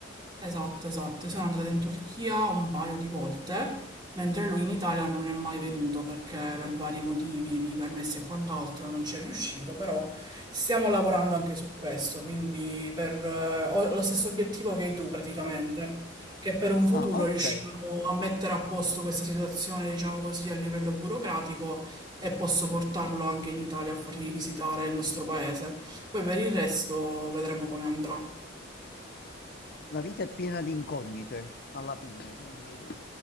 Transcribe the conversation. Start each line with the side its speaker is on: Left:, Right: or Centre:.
Right: Esatto, esatto. Io sono andata in Turchia un paio di volte, mentre lui in Italia non è mai venuto perché per vari motivi di permessi e quant'altro non ci è riuscito, però stiamo lavorando anche su questo, quindi per, eh, ho lo stesso obiettivo che hai tu praticamente, che per un futuro
Left: Ah, ok.
Right: riusciamo a mettere a posto questa situazione, diciamo così, a livello burocratico e posso portarlo anche in Italia a fargli visitare il nostro paese. Poi per il resto vedremo come andrà.
Left: La vita è piena di incognite alla fine, quindi